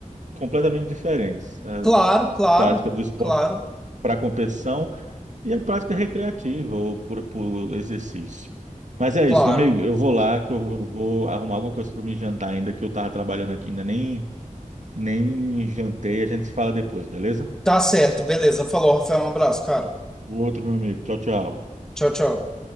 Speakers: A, on the right; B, in the centre.
A: completamente diferentes. A,
B: claro,
A: a
B: claro,
A: prática do esporte
B: claro,
A: para competição e a prática recreativa ou por, por exercício. Mas é
B: claro.
A: isso, meu amigo. Eu vou lá que eu vou arrumar alguma coisa para me jantar ainda, que eu tava trabalhando aqui, ainda nem, nem jantei. A gente se fala depois, beleza?
B: Tá certo, beleza. Falou, Rafael, um abraço, cara.
A: O outro, meu amigo. Tchau, tchau.
B: Tchau, tchau.